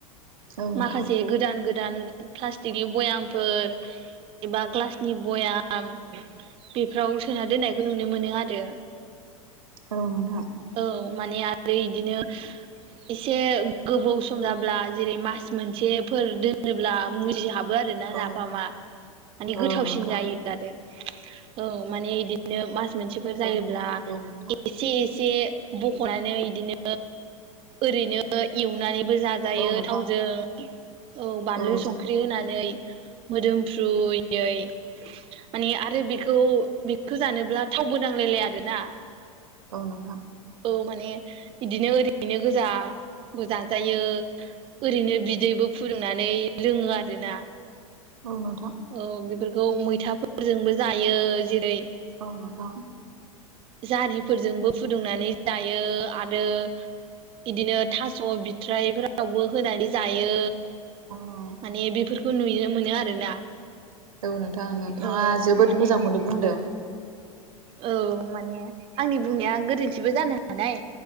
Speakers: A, on the right; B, on the right.
A: औ नोंथां औ नोंथां
B: माखासे गोदान गोदान प्लास्टिकनि बयामफोर एबा ग्लासनि बयाम <unintelligible> बेफोराव सोना दोननायखौ नुनो मोनो आरो।
A: औ नोंथां।
B: औ माने आरो बिदिनो एसे गोबाव सम जा ब्ला जेरै मास मोनसेफोर दोनोब्ला मुजिहाब <unintelligible> आरोना
A: औ
B: नाफामा माने
A: नोंथां
B: गोथावसिन जायो आरो औ माने बिदि बिदिनो मास मोनसेफोर
A: औ नोंथां
B: जायोब्ला
A: औ नोंथां
B: एसे एसे बख'नानै इदिनो ओरैनो एवनानैबो जाजा जायो
A: औ
B: थावजों औ बानलु
A: नोंथां औ
B: संख्रि होनानै। मोदोमफ्रुयै माने आरो बेखौ खौ जानोब्ला थावबो नांलायलाया आरोना।
A: औ नोंथां।
B: औ माने बिदिनो ओरैनो गोजा बो जाजायो। ओरैनो बिदैबो फुदुंनानै लोङो आरोना।
A: औ नोंथां।
B: औ बेफोरखौ मैथाफोरजोंबो जायो जेरै
A: औ नोंथां।
B: जारिफोरजोंबो फुदुंनानै जायो आरो बिदिनो थास' बिथ्राइफोरावबो होनानै जायो।
A: औ
B: माने बेफोरखौ नुनो मोनो आरोना।
A: औ नोंथां नोंथाङा
B: औ
A: जोबोद
B: माने
A: मोजांखौनो बुंदों।
B: औ माने आंनि बुंनाया गोरोन्थिबो जानो हानाय।